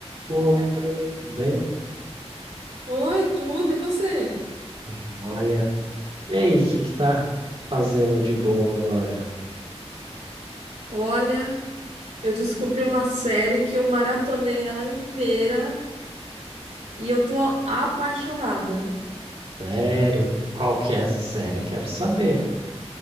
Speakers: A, on the right; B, on the right.
A: Oi, Bruno, tudo bem?
B: Oi, tudo, e você?
A: Joia. E aí, o que que tá fazendo de bom agora?
B: Olha, eu descobri uma série que eu maratonei ela inteira e eu tô apaixonada.
A: Sério? Qual que é essa série? Quero saber.